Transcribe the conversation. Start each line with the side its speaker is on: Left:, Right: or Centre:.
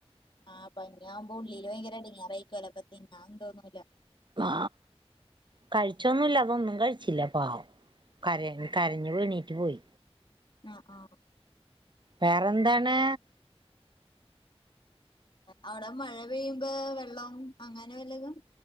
Left: ആഹ് പനി ആവുമ്പോ ഉള്ളിയില് ഭയങ്കര എടങ്ങേറാരിക്കൂലോ അപ്പ തിന്നാ തോന്നുല്ല-
Right: ആ കഴിച്ചൊന്നുല്ല അതൊന്നും കഴിച്ചില്ല പാവ കര കരഞ്ഞ് എണീട്ട് പോയി
Left: ആഹ് ആ
Right: വേറെന്താണ്?
Left: അവിടെ മഴ പെയ്യുമ്പോ വെള്ളം അങ്ങനെ വല്ലതും?